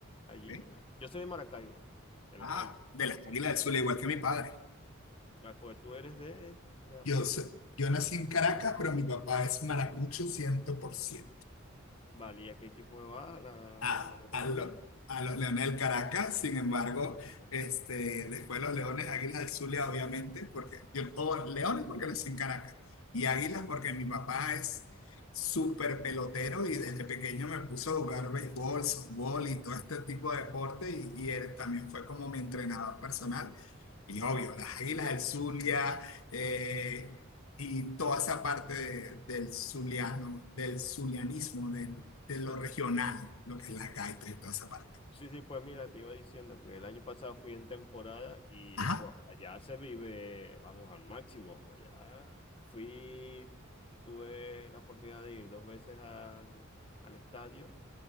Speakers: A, on the left; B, on the left.
A: allí.
B: ok.
A: a- yo soy de Maracaibo, de las
B: Ah,
A: Águilas.
B: de las Águilas del Zulia, igual que mi padre.
A: Vale, Pues tú eres de la
B: Yo,
A: parte.
B: sé- yo nací en Caracas, pero mi papá es maracucho 100%
A: Vale, ¿y a qué equipo me va? ¿La
B: a, a
A: Leones?
B: lo- a los Leones del Caracas. Sin embargo,
A: Ajá,
B: este, después los Leones, Águilas del Zulia, obviamente, porque yo, o bueno, Leones porque nací en Caracas, y Águilas porque mi papá es súper pelotero y desde pequeño me puso a jugar béisbol, softball y todo este tipo de deporte y, y él también fue como mi entrenador personal. Y obvio, las Águilas del Zulia, eh, y toda esa parte de- del zuliano, del zulianismo, del de
A: Sí.
B: lo regional, lo que es la gaita y toda esa parte.
A: Sí, sí, pues mira, te iba diciendo que el año pasado fui en temporada y
B: Ajá.
A: pues allá se vive, vamos, al máximo. Allá fui, tuve la oportunidad de ir dos veces al, al estadio